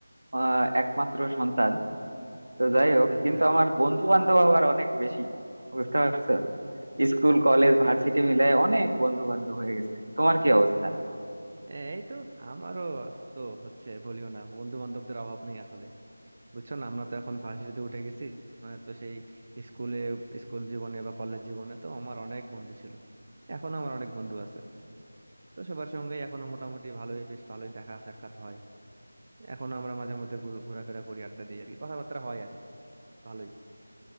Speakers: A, on the right; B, on the right.
A: আহ, একমাত্র সন্তান তো যাই
B: আচ্ছা
A: হোক
B: আচ্ছা
A: কিন্তু আমার বন্ধু বান্ধব আবার অনেক বেশি বুঝতে পারছো স্কুল কলেজ ভার্সিটি মিলায় অনেক বন্ধু বান্ধব হয়ে গেছে তোমার কি অবস্থা
B: এ, এই তো আমারও তো হচ্ছে বলিও না বন্ধু বান্ধবদের অভাব নেই আসলে বুঝছো না আমরা তো এখন ভার্সিটিতে উঠে গেছি মানে তো সেই স্কুলে স্কুল জীবনে বা কলেজ জীবনে তো আমার অনেক বন্ধু ছিল এখন আমার অনেক বন্ধু আছে তো সবার সঙ্গে এখনো মোটামুটি ভালোই বেশ ভালোই দেখা সাক্ষাৎ হয় এখন আমরা মাঝে মধ্যে ঘুর- ঘোরাফেরা করি আড্ডা দিই আর কি কথাবার্তা হয় আর কি ভালোই